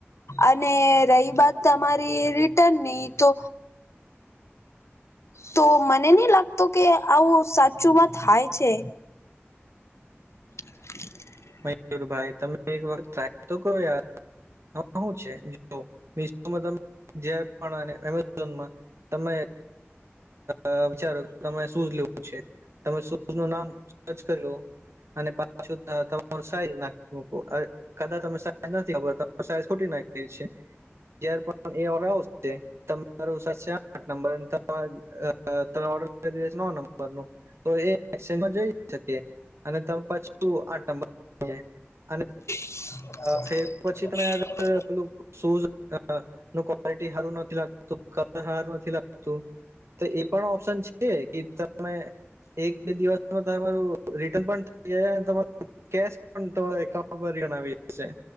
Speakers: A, on the left; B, on the right.
A: અને રહી બાત તમ મારી રિટર્ન ની તો તો મને નહી લાગતો કે આવું સાચુંમાં થાય છે <inaudible>
B: મયુર ભાઈ તમે એક વખત ટ્રાય તો કરો યાર હું છે જો મિશોમાં તમે <unintelligible> જ્યાં પણ અને એમેઝોનમાં તમે અ વિચારો તમે શૂઝ લેવું છે તમે શૂઝ નું નામ સર્ચ કર્યો અને પાછો ત તમારો સાઈઝ નાખો અ અ કદાચ તમે સાઈઝ નથી ખબર તો અ સાઈઝ ખોટી નાખીયે છે જ્યાર પણ એ આવશે તમારો <unintelligible> સર્ચ તે આઠ નંબર ત મારે અ-તમે ઓર્ડર કરી દીધું નવ નંબર નું તો એ એક્સચેન્જ માં જોઈ શકીએ અને તમે પાછું આ <unintelligible> નંબર અને
A: <inaudible>
B: ફેર પછી તમે આગળ પેલું શૂઝ અ અ નું ક્વલિટી સારું નથી લાગતું કલર સારું નથી લાગતું તો એ પણ ઓપ્શન છે. એ કે તમે એક બે દિવસમાં તમારું રિટર્ન પણ થઈ ગયા તમારું કેશ પણ તો એકાઉન્ટ પર જણાવી જશે.